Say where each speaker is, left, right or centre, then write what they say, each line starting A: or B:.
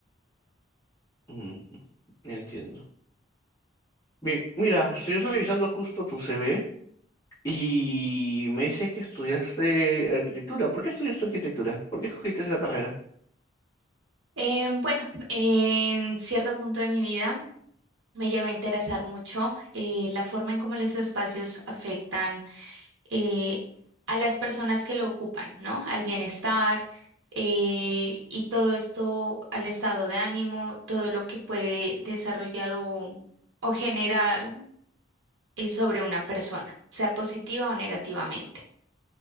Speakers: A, on the left; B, on the right.
A: Ujú, Entiendo. Bien, mira, estoy revisando justo tu CV y me dice que estudiaste arquitectura. ¿Por qué estudiaste arquitectura? ¿Por qué escogiste esa carrera?
B: Eh, bueno, en cierto punto de mi vida me llegó a interesar mucho eh, la forma en cómo los espacios afectan eh, a las personas que lo ocupan, ¿no? Al bienestar eh, y todo esto, al estado de ánimo, todo lo que puede desarrollar o, o generar eh, sobre una persona, sea positiva o negativamente.